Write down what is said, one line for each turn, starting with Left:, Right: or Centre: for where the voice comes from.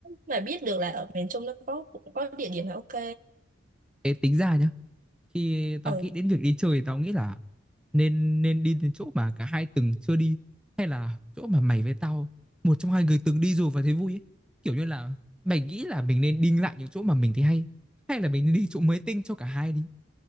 Right: mà biết được là ở miền Trung nó có cũng có địa điểm là ok
Centre: ê, tính ra nhá khi tao
Right: Ừ
Centre: nghĩ đến việc đi chơi thì tao nghĩ là nên nên đi đến chỗ mà cả hai từng chưa đi hay là chỗ mà mày với tao một trong hai người từng đi rồi và thấy vui ấy. Kiểu như là mày nghĩ là mình nên đi lại những chỗ mà mình thấy hay hay là mình nên đi chỗ mới tinh cho cả hai đi.